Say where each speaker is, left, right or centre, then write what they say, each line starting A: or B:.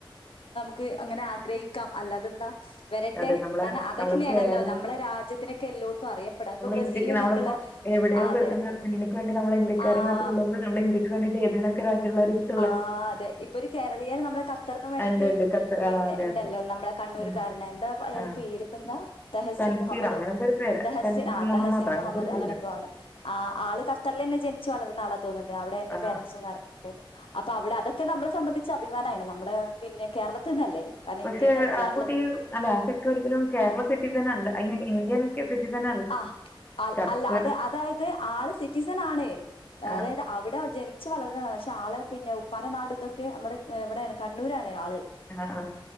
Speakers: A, on the left; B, on the left.
A: ക്ക്‌ അങ്ങനെ ആഗ്രഹിക്കാം അല്ലാതെന്താ വരട്ടെ
B: അതെ നമ്മളെ
A: കാരണം അതൊങ്ങനെയാണല്ലോ
B: നമ്മളെ കേരള
A: നമ്മളെ രാജ്യത്ത് ത്തിനൊക്കെ എല്ലോടത്തും അറിയപ്പെടാം
B: നമ്മൾ
A: ഇപ്പൊ ബ്രസീല്
B: ഇന്ത്യക്ക്
A: നിന്നൊക്കെയുള്ള
B: നമ്മളിപ്പോൾ എവിടെയോ
A: അതെ
B: കിടക്കുന്ന അർജന്റീനയ്ക്ക് നമ്മൾ ഇന്ത്യക്കാരിങ്ങനെ
A: ആഹ്
B: തുള്ളുമ്പോ നമ്മളെ ഇന്ത്യക്ക് വേണ്ടി ഏതിനൊക്കെയുള്ള രാജ്യക്കാറ്
A: ആ അതെ ഇപ്പൊ ഒരു കേരളീയര് നമ്മെ ഖത്തറിന് വേണ്ടീട്ട്
B: ഉണ്ട് ഉണ്ട് ഖത്തർ ആ
A: പിന്നെ
B: അതെ
A: ണ്ടല്ലോ
B: അതെ അതെ
A: നമ്മളെ കണ്ണൂർക്കാരനാ
B: ആ
A: എന്താ അയാൾ
B: ആ
A: പേരിപ്പോന്താ തഹസിൻ
B: തൻസീറ
A: മുഹമ്മദോ
B: അങ്ങനെന്തോ ഒരു പേരാണ്
A: തഹസിൻ
B: തൻസീർ
A: ആ തഹസിൻ
B: അങ്ങനത്തെ
A: മുഹമ്മദ്.
B: ഒരു പേരാണ്
A: അങ്ങനെ എന്തോ ആണ് ആള് കർത്തറിൽന്നെ ജനിച്ച് വളർന്ന ആള തോന്ന്ണ്ട് അവിടെന്നെ
B: ആ
A: പേരൻറ്സും കാര്യങ്ങ അപ്പൊ അവിടെ അതൊക്കെ നമ്മളെ സംബന്ധിച്ച അഭിമാന ആണ് നമ്മുടെ പിന്നെ കേരളത്തിൽന്നല്ലേ കാരണം
B: പക്ഷേ
A: ഇന്ത്യന്നല്ലേ
B: ആ
A: കേരളത്തി
B: കുട്ടി അല്ല ആ ഒരിക്കലും കേരള സിറ്റിസണല്ല ഐ മീൻ ഇന്ത്യൻ <unintelligible>
A: ആഹ് അ
B: ഖത്തർ
A: അല്ല അത അതായത് ആള് സിറ്റിസൺ ആണ്
B: ആ
A: അതായത് അവ് ഇവിടെ ജനിച്ചു വളർന്നതാണ് പക്ഷെ ആളെ പിന്നെ ഉപ്പാൻ്റെ നാട് ഇതൊക്കെ നമ്മുടെ എവിടെയാണ് കണ്ണൂരാണ് ആള്
B: ആ ആ